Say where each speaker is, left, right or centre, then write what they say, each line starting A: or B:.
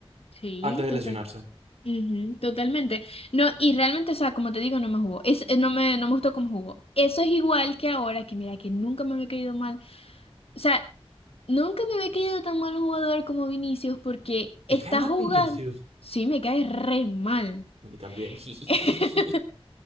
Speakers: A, on the left; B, on the right.
A: Sí,
B: antes de
A: total.
B: lesionarse.
A: Ujú, totalmente. No, y realmente, o sea, como te digo, no me jugó. Es, eh, no me, no me gustó cómo jugó. Eso es igual que ahora, que mira, que nunca me había caído mal. O sea, nunca me había caído tan mal un jugador como Vinicius porque está
B: ¿Te cae mal
A: jugando.
B: Vinicius?
A: Sí, me cae re mal.
B: A mí también. <laughs>
A: <laughs>